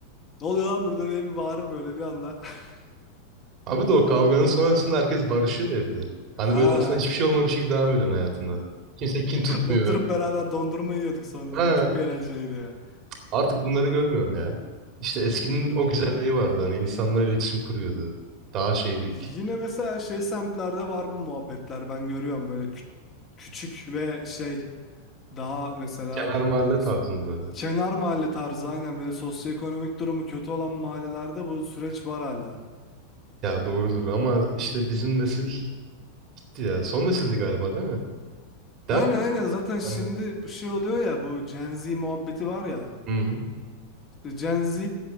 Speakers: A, on the left; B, on the right.
A: Ne oluyor lan burada diye bir bağırır böyle bir anda. <laughs>
B: Abi de o kavganın sonrasında herkes barışıyor evde. Hani
A: Ha.
B: böyle aslında hiçbir şey olmamış gibi devam ediyorsun hayatına. Kimse kin tutmuyor.
A: Oturup beraber dondurma yiyorduk sonra.
B: Ha,
A: Çok eğlenceliydi ya.
B: artık bunları görmüyorum ya. İşte eskinin
A: Yok
B: o güzelliği
A: ya.
B: vardı. Hani insanlar iletişim kuruyordu. Daha şeydik.
A: Yine mesela şey semtlerde var bu muhabbetler ben görüyorum böyle kü- küçük ve şey daha mesela
B: Kenar mahalle
A: s-
B: tarzında böyle.
A: kenar mahalle tarzı aynen böyle sosyoekonomik durumu kötü olan mahallelerde bu süreç var hala.
B: Ya doğrudur ama art- işte bizim nesil ya. Son nesildi galiba değil mi? Değil
A: Yani
B: mi?
A: aynen zaten şimdi
B: Hani,
A: bu şey oluyor ya bu Gen Z muhabbeti var ya
B: hı hı.
A: işte Gen Z